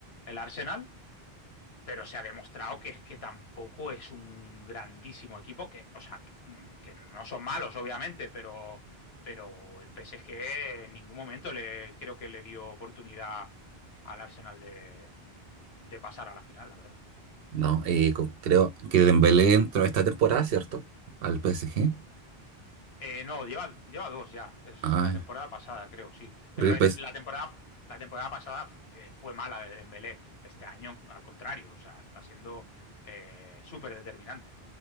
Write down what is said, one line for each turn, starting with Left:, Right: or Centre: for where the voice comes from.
Left: el Arsenal pero se ha demostrado que es que tampoco es un grandísimo equipo, que, o sea, que, mm, que no son malos, obviamente, pero, pero el PSG en ningún momento le, creo que le dio oportunidad al Arsenal de, de pasar a la final, la verdad.
Right: No, eh, co- creo que Dembélé entró esta temporada, ¿cierto? Al PSG.
Left: Eh, no, lleva, lleva dos ya. Es
Right: Ay,
Left: la temporada pasada, creo, sí.
Right: porque
Left: Pero
Right: el
Left: eh,
Right: PSG,
Left: la temporada, la temporada pasada eh, fue mala de Dembélé. Este año, al contrario, o sea, está siendo eh, súper determinante.